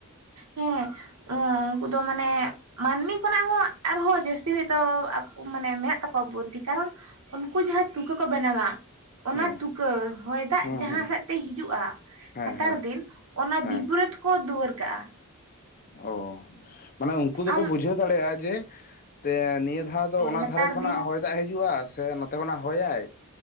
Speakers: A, on the right (about 85°); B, on the left (about 40°).
A: ᱦᱮᱸ ᱩᱝᱠᱩ ᱫᱚ ᱢᱟᱱᱮ ᱢᱟᱹᱱᱢᱤ ᱠᱷᱚᱱᱟᱜ ᱦᱚᱸ ᱟᱨᱦᱚᱸ ᱡᱟᱹᱥᱛᱤ ᱦᱚᱭᱛᱳ ᱟᱠᱚ ᱢᱟᱱᱮ ᱢᱮᱱᱟᱜ ᱛᱟᱠᱚᱣᱟ ᱵᱩᱫᱽᱫᱷᱤ ᱠᱟᱨᱚᱱ ᱩᱱᱠᱩ ᱡᱟᱦᱟᱸ ᱛᱩᱠᱟᱹ ᱠᱚ ᱵᱮᱱᱟᱣᱟ ᱚᱱᱟ
B: ᱦᱮᱸ
A: ᱛᱩᱠᱟᱹ ᱦᱚᱭ ᱫᱟᱜ
B: ᱦᱮᱸ
A: ᱡᱟᱦᱟᱸ
B: ᱦᱮᱸ
A: ᱥᱮᱫ ᱛᱮ ᱦᱤᱡᱩᱜᱼᱟ
B: ᱦᱮᱸ
A: ᱦᱮᱛᱟᱨ
B: ᱦᱮᱸ
A: ᱫᱤᱱ ᱚᱱᱟ
B: ᱦᱮᱸ
A: ᱵᱤᱯᱚᱨᱤᱛ ᱠᱚ ᱫᱩᱣᱟᱹᱨ ᱠᱟᱜᱼᱟ
B: ᱚ ᱢᱟᱱᱮ ᱩᱝᱠᱩ ᱫᱚᱠᱚ
A: ᱟᱢ
B: ᱵᱩᱡᱷᱟᱹᱣ ᱫᱟᱲᱮᱭᱟᱜᱼᱟ ᱡᱮ ᱛᱮ ᱱᱤᱭᱟᱹ ᱫᱷᱟᱣ ᱫᱚ ᱚᱱᱟ
A: ᱱᱮᱛᱟᱨ
B: ᱫᱷᱟᱨᱮ ᱠᱷᱚᱱᱟᱜ
A: ᱫᱤᱱ
B: ᱦᱚᱭ ᱫᱟᱜ ᱦᱤᱡᱩᱜᱼᱟ ᱥᱮ ᱱᱚᱛᱮ ᱠᱷᱚᱱᱟᱜ ᱦᱚᱭᱟᱭ